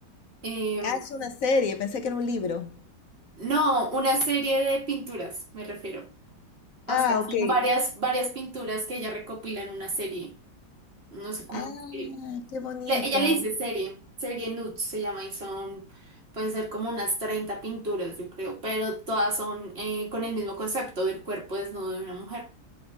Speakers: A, on the right; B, on the left.
A: Em,
B: ah, es una serie, pensé que era un libro.
A: No, una serie de pinturas, me refiero. O
B: Ah,
A: sea,
B: ok.
A: son varias, varias pinturas que ella recopila en una serie. No sé cómo.
B: Ah,
A: eh,
B: qué bonito.
A: le- Ella le dice serie, serie Nudes se llama y son, pueden ser como unas 30 pinturas, yo creo, pero todas son eh, con el mismo concepto del cuerpo desnudo de una mujer.